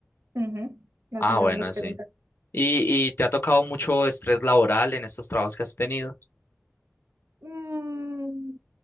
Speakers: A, on the right (about 75°); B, on the left (about 55°).
A: Ujú. Así
B: Ah,
A: son
B: bueno,
A: las preguntas.
B: sí. ¿Y, y te ha tocado mucho estrés laboral en estos trabajos que has tenido?
A: Mm,